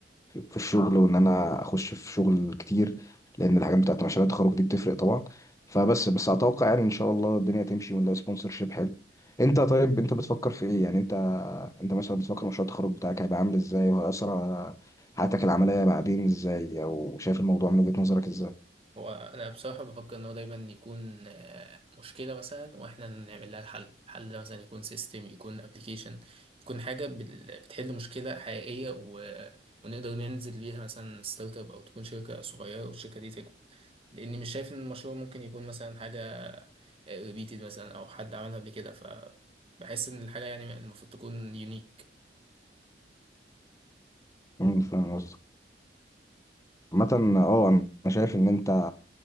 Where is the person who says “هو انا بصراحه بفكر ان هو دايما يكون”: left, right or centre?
Right